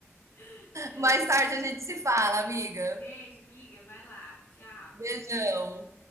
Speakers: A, on the left; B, on the right.
A: isso. É
B: Mais
A: isso.
B: tarde a gente se fala, amiga.
A: Beijo, amiga. Vai lá. Tchau.
B: Beijão.